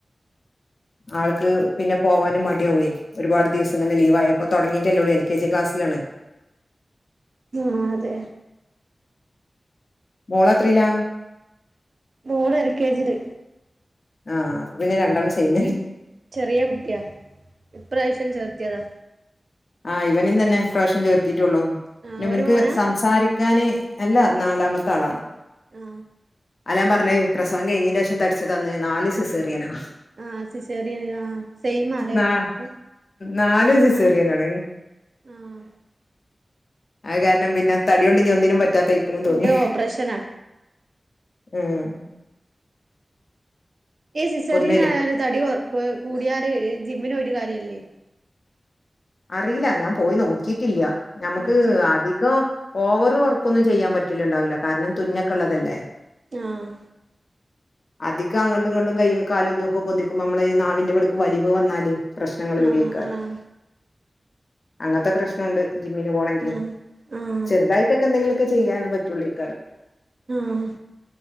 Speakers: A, on the left; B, on the right.
A: ആൾക്ക് പിന്നെ പോവാനും മടയാവേ. ഒരുപാട് ദിവസങ്ങെ ലീവ ആയപ്പോ തുടങ്ങിട്ടല്ലേള്ളൂ എൽ കെ ജി ക്ലസ്സിലാണ്.
B: ആഹ് അതെ
A: മോളത്രീല?
B: മോള് എൽ കെ ജില്
A: ആഹ് അപ്പൊ പിന്നെ രണ്ടണ്ണം ചൈയിമ
B: ചെറിയ കുട്ടിയാ ഇപ്രാവശ്യം ചേർത്തിയതാ
A: ആ ഇവനും തന്നെ പ്രാവശ്യം ചേർത്തിട്ടുള്ളൂ പിന്നവനക്ക്
B: ആഹ് ഒരു മോനാ
A: സംസാരി ക്കാന് അല്ല നാലാമത്തെ ആളാണ്
B: ആ..
A: അല്ലാൻ പറഞ്ഞേ പ്രസവം കഴിഞ്ഞേനെ ശേഷം തടിച്ചതന്ന് നാല് സിസേറിയനാ
B: ആഹ സിസറിയണ സെയിമാല്ലേ
A: നാ
B: അപ്പം
A: നാലും സിസേറിയനാണ്
B: ആഹ് ആഹ്..
A: അത് കാരണം പിന്നെ തടി കൊണ്ട് ഇഞ ഒന്നിനും പറ്റാ തയ്ക്കണ തോങ്ങി
B: ഇന്റെ ഓപ്പറേഷനാ
A: ഉം..
B: ഈ സിസ്സറിയൻ
A: ഒന്നില്
B: ആയാല് തടി കൊറെ കൂടിയാല് ജിമ്മിന് പോയിട്ട് കാര്യല്ലേ
A: അറിയില്ല ഞാൻ പോയി നോക്കിട്ടില്ല ഞമ്മുക്ക്
B: ആഹ് ജിം
A: ആദ്യ ഇക്ക ഓവറെ വർക്ക ഒന്നും ചെയ്യാൻ പറ്റില്ലുണ്ടാവില്ല കാരണം തുന്നക്കെ ള്ളതല്ലേ
B: ആഹ്
A: അധികം അങ്ങണ്ടും ഇങ്ങണ്ടും കൈയും കാലും ഇതുംക്കെോധക്കുമ്പോ നമ്മള നാവിന്റെവിടക്ക് വലിവ് വന്നാല് പ്രശ്നങ്ങൾ വരിയക്കാര
B: ആഹ് ആഹ്
A: അങ്ങനത്തെ പ്രശ്നുണ്ട് ജിമ്മിന് പോണമെങ്കില്
B: ആഹ് ആഹ്
A: ചെറുതായിട്ടൊക്കെന്തെങ്കിലൊക്ക ചെയ്യൻ പറ്റുള്ളൂഈ കാരം
B: ആഹ്